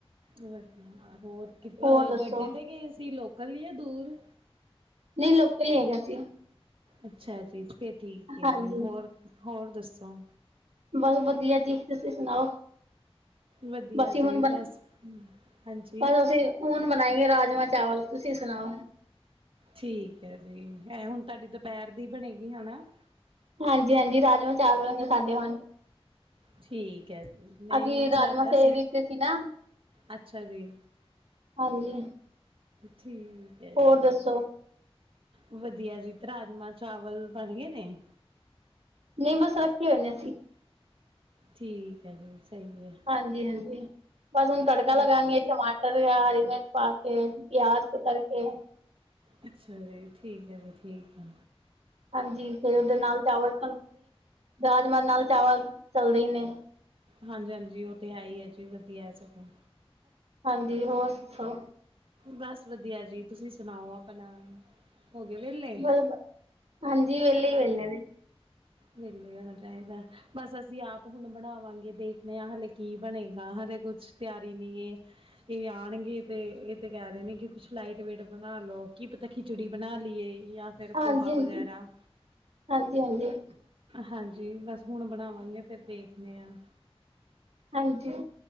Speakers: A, on the right; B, on the right.
A: ਵਧੀਆ ਹੋਰ?
B: ਹੋਰ ਦੱਸੋ
A: ਬਰਡੇ ਤੇ ਗਏ ਸੀ ਲੋਕਲ ਜਾ ਦੂਰ?
B: ਨਹੀਂ ਲੋਕਲ ਹੀ ਹੈਗਾ ਸੀ
A: ਅੱਛਾ ਜੀ ਫੇਰ ਠੀਕ
B: ਹਾਂਜੀ
A: ਐ ਜੀ, ਹੋਰ-ਹੋਰ ਦੱਸੋ?
B: ਬਸ ਵਧੀਆ ਜੀ, ਤੁਸੀਂ ਸੁਣਾਓ?
A: ਵਧੀਆ
B: ਬਸੀ ਹੁਣ,
A: ਜੀ
B: ਬਸ
A: ਬਸ ਹਾਂਜੀ
B: ਅਸੀਂ ਹੁਣ ਬਣਾਏ ਰਾਜਮਾਂ ਚਾਵਲ ਤੁਸੀਂ ਸੁਣਾਓ?
A: ਠੀਕ ਐ ਜੀ ਇਹ ਹੁਣ ਤੁਹਾਡੀ ਦੁਪਹਿਰ ਦੀ ਬਣੇਗੀ ਹਨਾ।
B: ਹਾਂਜੀ-ਹਾਂਜੀ ਰਾਜਮਾਂ ਚਾਵਲਗੇ ਸਾਡੇ ਹੁਣ
A: ਠੀਕ ਐ ਜੀ ਨਹੀਂ
B: ਅਸੀਂ
A: ਹੁਣ
B: ਰਾਜਮਾਂ
A: ਸਾਡੇ
B: ਸੇ
A: ਅਸੀਂ
B: ਵਿੱਚ ਸੀ ਨਾ
A: ਅੱਛਾ ਜੀ।
B: ਹਾਂਜੀ,
A: ਠੀਕ ਐ
B: ਹੋਰ
A: ਜੀ।
B: ਦੱਸੋ
A: ਵਧੀਆ ਜੀ, ਤੇ ਰਾਜਮਾਂ ਚਾਵਲ ਬਣ ਗਏ ਨੇ?
B: ਨਹੀਂ ਬਸ ਰੱਖੇ ਹੋਏ ਨੇ ਅਸੀਂ।
A: ਠੀਕ ਐ ਜੀ ਸਹੀ ਗੱਲ,
B: ਹਾਂਜੀ-ਹਾਂਜੀ, ਬਸ ਹੁਣ ਤੜਕਾ
A: ਹੋਰ
B: ਲਗਾ ਗੇ ਟਮਾਟਰ ਹਰੀ ਮਿਰਚ ਪਾ ਕੇ ਪਿਆਜ ਕੁਤਰ ਕੇ
A: ਅੱਛਾ ਜੀ ਠੀਕ ਐ ਜੀ ਠੀਕ ਐ।
B: ਹਾਂਜੀ ਫੇਰ ਉਹਦੇ ਨਾਲ ਚਾਵਲ, ਰਾਜਮਹ ਨਾਲ ਚਾਵਲ ਚੱਲਦੇ ਹੀ ਨੇ।
A: ਹਾਂਜੀ ਹਾਂਜੀ ਉਹ ਤੇ ਹੈ ਈ ਐ ਜੀ ਵਧੀਆ ਸਗੋਂ।
B: ਹਾਂਜੀ ਜੀ ਹੋਰ ਦੱਸੋ?
A: ਬਸ ਵਧੀਆ ਜੀ, ਤੁਸੀਂ ਸੁਣਾਓ ਆਪਣਾ ਹੋ ਗਏ ਵੇਹਲੇ?
B: ਬਸ ਹਾਂਜੀ ਵਹਲੇ ਈ ਵਹਲੇ ਨੇ।
A: ਵੇਲੇ ਹੋਣਾ ਚਾਹੀਦਾ। ਬਸ ਅਸੀਂ ਆਪ ਹੁਣ ਬਣਾਵਾਂਗੇ ਦੇਖਦੇ ਆ ਹਲੇੇ ਕੀ ਬਣੇਗਾ ਹਲੇੇ ਕੁਛ ਤਿਆਰੀ ਨੀ ਐ। ਇਹ ਆਣਗੇ ਤੇ ਇਹ ਤੇ ਕਹਿ ਰਹੇ ਨੇ ਕਿ ਕੁੱਛ ਲਾਈਟ ਵੇਟ ਬਣਾ ਲਓ ਕੀ ਪਤਾ ਕਿ ਖਿਚੜੀ ਬਣਾ ਲਈਏ ਜਾਂ ਫਿਰ
B: ਹਾਂਜੀ-ਹਾਂਜੀ,
A: ਪੋਹਾ ਵਗੈਰਾ
B: ਹਾਂਜੀ-ਹਾਂਜੀ।
A: ਹਾਂਜੀ ਬਸ ਹੁਣ ਬਣਾਵਾਂਗੇ ਫਿਰ ਦੇਖਦੇ ਹਾਂ
B: ਹਾਂਜੀ